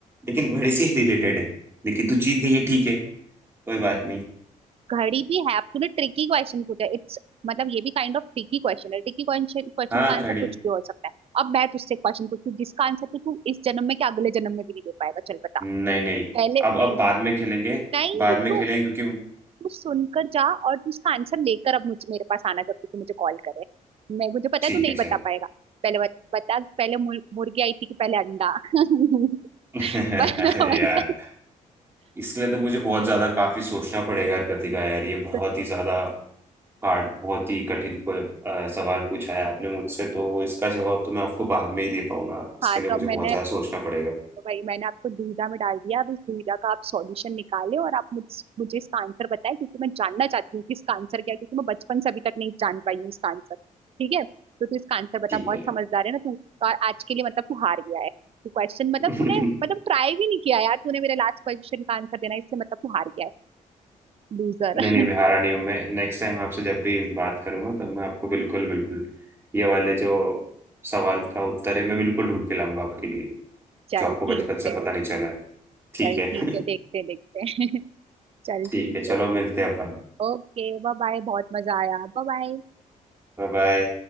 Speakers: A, on the right; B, on the right.
A: लेकिन घड़ी से ही रिलेटेड है लेकिन तू जीत गई है ठीक है कोई बात नहीं
B: घड़ी भी है अब तूने ट्रिकी क्वेश्चन पूछा इट्स मतलब ये भी काइंड ऑफ ट्रिकी क्वेश्चन है ट्रिकी क्वेश्चन क्वेश्चन
A: हाँ
B: का आंसर
A: घड़ी
B: कुछ भी हो सकता है अब मैं तुझसे क्वेश्चन पूछती हूँ जिसका आंसर तो तू इस जन्म में क्या अगले जन्म में भी नहीं दे पाएगा चल बता
A: नहीं नहीं
B: पहले
A: अब
B: नहीं
A: अब बाद में खेलेंगे
B: नहीं
A: बाद में
B: तू
A: खेलेंगे क्योंकि
B: तू सुनकर जा और तू इसका आंसर लेकर अब मुझ मेरे पास आना जब तू मुझे कॉल करे मैं मुझे पता
A: ठीक
B: है तू नहीं
A: है चल
B: बता पाएगा पहले बत, बता पहले मुर- मुर्गी आई थी कि पहले अंडा <laughs>
A: <laughs>
B: बता
A: अरे
B: बता
A: यार इसके लिए तो मुझे बहुत ज्यादा काफी सोचना पड़ेगा कृतिका यार ये बहुत
B: तो
A: ही ज्यादा हार्ड बहुत ही कठिन को, अ, सवाल पूछा है आपने मुझसे तो इसका जवाब तो मैं आपको बाद में ही दे पाऊंगा इसके
B: हाँ
A: लिए
B: तो
A: मुझे
B: अब मैंने
A: बहुत ज्यादा सोचना पड़ेगा
B: वही मैंने आपको दुविधा में डाल दिया अब इस दुविधा का आप सॉल्यूशन निकालें और आप मुझ, मुझे इसका आंसर बताएं क्योंकि मैं जानना चाहती हूँ कि इसका आंसर क्या है क्योंकि मैं बचपन से अभी तक नहीं जान पाई हूँ इसका आंसर ठीक है तो तू इसका आंसर बता
A: ठीक
B: बहुत
A: है
B: समझदार है ना तू और आज के लिए मतलब तू हार गया है तू क्वेश्चन मतलब
A: <laughs>
B: तूने मतलब ट्राई भी नहीं किया यार तूने मेरे लास्ट क्वेश्चन का आंसर देना है, इससे मतलब तू हार गया है लूजर
A: नहीं
B: <laughs>
A: नहीं भी हारा नहीं हूं मैं नेक्स्ट टाइम आपसे जब भी बात करूंगा तब मैं आपको बिल्कुल बिल्कुल ये वाले जो सवाल का उत्तर है मैं बिल्कुल ढूंढ के लाऊंगा आपके लिए
B: चल
A: जो आपको
B: ठीक
A: बचपन से
B: है
A: पता नहीं चला है ठीक
B: चल
A: है
B: ठीक है
A: <laughs>
B: देखते हैं, देखते हैं। <laughs> चल ठीक
A: ठीक है चलो
B: है
A: मिलते हैं अपन
B: ओके बाय बाय बहुत मजा आया बाय बाय
A: Bye bye